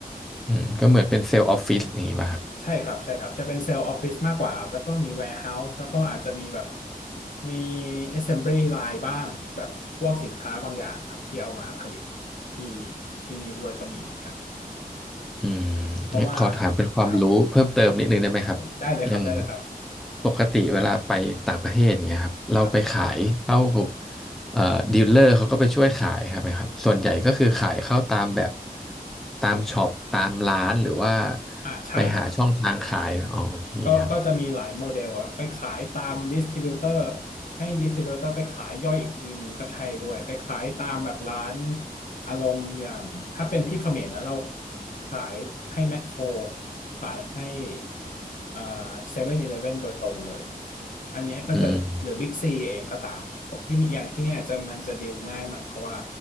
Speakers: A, in the centre; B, on the left.
A: อืมก็เหมือนเป็นเซลล์ออฟฟิศอย่างงี้ป่ะครับ
B: ใช่ครับใช่ครับจะเป็นเซลล์ออฟฟิศมากกว่าครับแล้วก็มี w ว r e h o าส e แล้วก็อาจจะมีแบบมี assembly line บ้างแบบพวกสินค้าบางอย่างครับที่เอามาผลิตที่ที่นี่ด้วยก็มีเหมือนกัน
A: อืม
B: เพราะว่า
A: งั้นขอถามเป็นความรู้เพิ่มเติมนิดนึงได้ไหมครับอย่าง
B: ครับได้เลยครับได้เลยครับ
A: ปกติเวลาไปต่างประเทศอย่างเงี้ยครับเราไปขายเข้า
B: ครับ
A: เอ่อดีลเลอร์เขาก็ไปช่วยขายครับไหมครับส่วนใหญ่ก็คือขายเข้าตามแบบตามช็อปตามร้านหรือว่า
B: อ่ะใช่ครับ
A: ไปหาช่องทางขายอ๋อโอเคครับ
B: ก็ก็จะมีหลายโมเดลอะไปขายตามดิสทริบิวเตอร์ให้ดิสทริบิวเตอร์ไปขายย่อยอีกทีนึงก็ใช่ด้วยไปขายตามแบบร้านอารมณ์อย่างถ้าเป็นที่เขมรนะเราขายให้แมคโครขายให้อ่าเซเว่นอีเลฟเว่นโดยตรงเลยอันเนี้ยก็จะหรือบิ๊กซีเองก็ตามที่นี่อย่างที่เนี่ยจะมันจะดีลง่ายหน่อยเพราะว่า
A: อืม